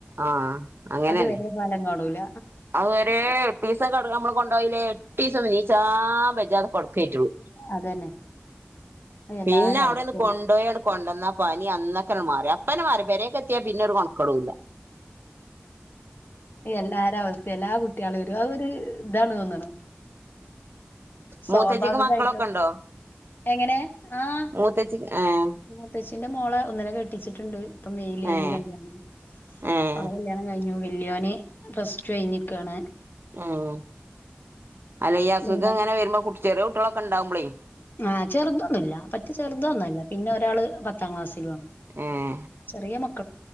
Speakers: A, on the right; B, on the left.
A: ആഹ് അങ്ങനെന്നെ
B: അത് വരെ ഫലം കാണൂല.
A: അത് വരേ എട്ടീസം കെടന്ന് നമ്മള് കൊണ്ടോയീല്ലേ? എട്ടീസം നീ ച്ചാ ബേജാറ് കൊട്ക്കായിട്ടുള്ളൂ.
B: അതന്നെ അത് എല്ലാരെ
A: പിന്നെ
B: അവസ്ഥ
A: അവിടെയൊന്ന് കൊണ്ടോയി അങ്ങട് കൊണ്ടന്നാ പനി അന്നേക്കന്നെ മാറി. അപ്പന്നെ മാറി. പെരേയ്ക്കെത്തിയാ പിന്നെ ഒരു കൊണക്കേടു ഇല്ല.
B: എല്ലാരെ അവസ്ഥയു എല്ലാ കുട്ട്യേളെയും ഒരു, അതൊരു ഇതാണ് തോന്നണ്. സ്വാഭാവികായിട്ടോ
A: മൂത്തച്ചിക്ക് മക്കളൊക്കെ ഉണ്ടോ
B: എങ്ങനെ? ആഹ്
A: മൂത്തച്ചിക്ക് ഏഹ്
B: മൂത്തച്ചീന്റെ മോളെ ഒന്നിനെ കെട്ടിച്ചിട്ട്ണ്ട്. ഇപ്പൊ മെയില്
A: ഏഹ്
B: ഇനി കല്യാണം.
A: ഏഹ്
B: അവളെ കല്ല്യാണം കഴിഞ്ഞു. വല്യോന് പ്ലസ് ടു കഴിഞ്ഞ് നിക്കാണ്.
A: ഉം. അല്ല ഈ അസുഖം
B: രണ്ടാമത്തെ
A: ഇങ്ങനെ വരുമ്പോ കുട്ടി ചെറിയ കുട്ടികളൊക്കെ ഇണ്ടാവുമ്പളേ
B: ആ ചെറുതൊന്നുല്ല. പറ്റ ചെറുതൊന്നു അല്ല. പിന്നെ ഒരാള് പത്താം ക്ലാസ്സിലും ആണ്.
A: ഉം
B: ചെറിയ മക്